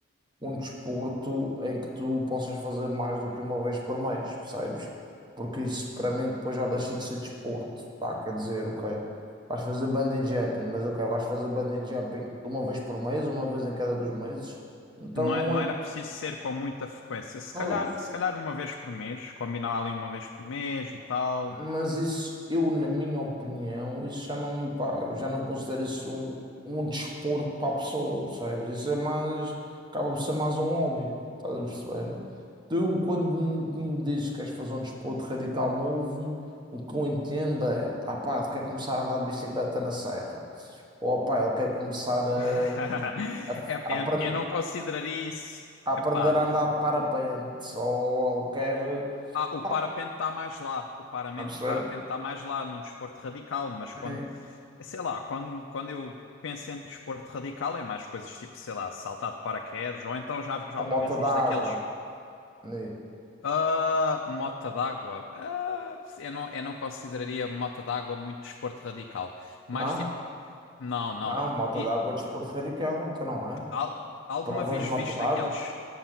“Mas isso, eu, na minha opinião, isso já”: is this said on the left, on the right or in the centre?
Right